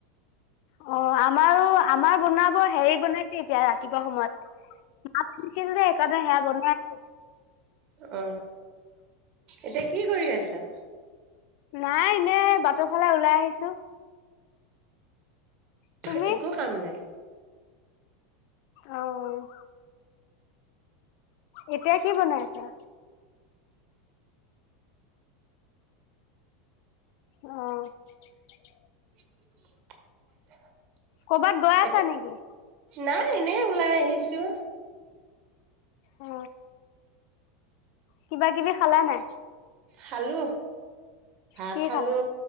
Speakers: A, on the left (about 50°); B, on the right (about 40°).
A: অ' আ আমাৰো আমাৰ বনাবই। হেৰি বনাইছে এতিয়া, ৰাতিপুৱা সময়ত <unintelligible> সেইকাৰণে সেয়া বনাই আছে।
B: অ এতিয়া কি কৰি আছা?
A: নাই এনে বাটৰ ফালে ওলাই আহিছো।
B: <unintelligible>
A: তুমি
B: একো কাম নাই।
A: অহ', এতিয়া কি বনাই আছা? অহ',
B: <unintelligible>
A: ক'বাত গৈ আছা
B: এতিয়া
A: নেকি?
B: নাই এনে ওলাই আহিছো।
A: অ, কিবা-কিবি খালা নে নাই?
B: খালো। ভাত
A: কি
B: খালো।
A: খালা